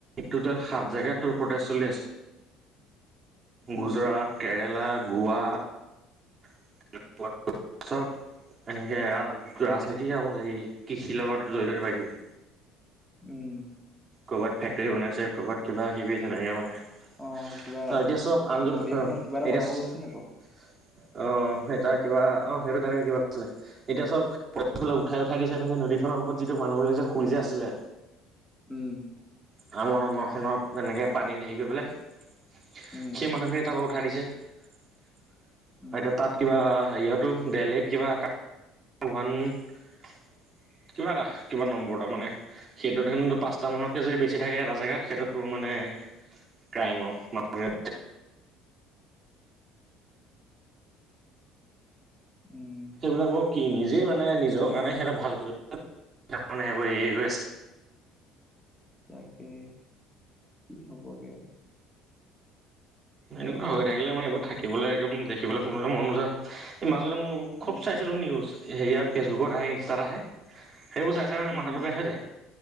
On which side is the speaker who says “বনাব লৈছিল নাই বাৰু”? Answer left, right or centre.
Centre